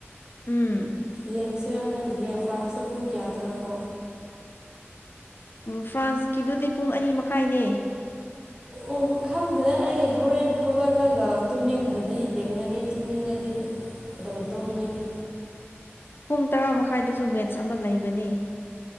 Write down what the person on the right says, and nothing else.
ꯌꯦꯡꯁꯤꯔꯥ ꯈꯜꯂꯤꯌꯦ ꯐ꯭ꯔꯥꯟꯁꯅ ꯄꯨꯡ ꯀꯌꯥꯗꯔꯀꯣ
ꯑꯣ ꯈꯪꯗꯦꯗ ꯑꯩ ꯍꯧꯔꯦꯟ ꯍꯧꯒꯠꯂꯒ ꯇꯨꯝꯅꯤꯡꯗ꯭ꯔꯗꯤ ꯌꯦꯡꯒꯅꯤ ꯇꯨꯝꯅꯤꯡꯉꯗꯤ ꯑꯗꯨꯝ ꯇꯨꯝꯒꯅꯤ